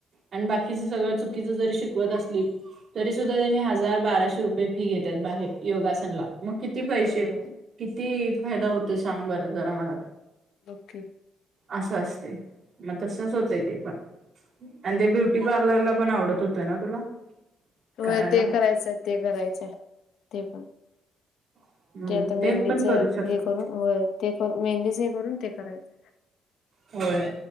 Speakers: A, on the right; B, on the left.
A: आणि बाकीच सगळं चुकीच जरी शिकवत असली तरी सुद्धा त्यांनी हजार बाराशे रुपये फी घेतात बाहेर योगासनला. मग किती पैसे
B: हम्म
A: किती फायदा होतोय सांग बरं जरा मला
B: बघ की.
A: असं असते मग तसच होत ते पण. आणि ते ब्युटी पार्लरला पण आवडत होतं ना तुला?
B: होय
A: करायला
B: ते करायचंय ते करायचंय ते पण.
A: हम्म
B: ते आता मेहंदीच
A: पण करू
B: हे
A: शकतो
B: करून होय ते मेहंदीच हे करून ते करायचं.
A: होय